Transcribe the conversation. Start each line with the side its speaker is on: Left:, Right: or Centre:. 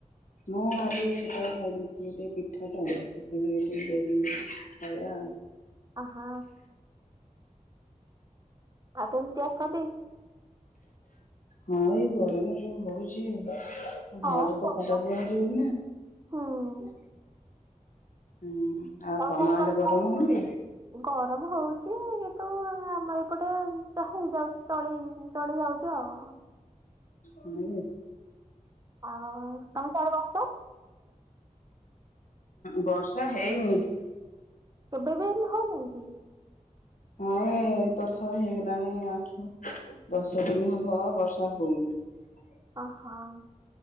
Left: ମୁଁ ଆଜି ସକାଳେ ଖାଇଦେଇଥିଲି ଟିକେ ପିଠା ତ ସେଥିପାଇଁ ଟିକେ ଡେରି ହେଲା ଖାଇବା ଆଉ।
Right: ଅ ହ। ଆପଣ କିଏ ଅଛନ୍ତି?
Left: ହଁ ଏଇ ଗରମ ଯୋଉ ହଉଛି
Right: ହଁ
Left: ଘରୁ
Right: ଗରମ
Left: ତ ପଦାକୁ ବାହାରି ହଉନି ଆଉ
Right: ହୁଁ।
Left: । ହୁଁ। ଆଉ ତମ
Right: ସିଆଡେ
Left: ଆଡେ
Right: ବର୍ଷା
Left: ଗରମ ହଉନି କି?
Right: ଗରମ ହଉଛି କିନ୍ତୁ ଆମ ଏପ୍ ପଟେ ଯାହା ହଉ ବାସ୍ ଚଳି ଚଳି ଯାଉଛି ଆଉ ।
Left: ହୁଁ।
Right: ଆଉ ତମେ ଆଡେ ବର୍ଷା?
Left: ବର୍ଷା ହେଇନି ।
Right: କେବେ ବି ହେଲେ ହଉ ନାହିଁ କି?
Left: ହଁ ଏ ତଥାପି ହେଇଗଲାଣି ଆଠ ଦଶ ଦିନ ହବ ବର୍ଷା ହଉନି ।
Right: ଅ ହଁ ।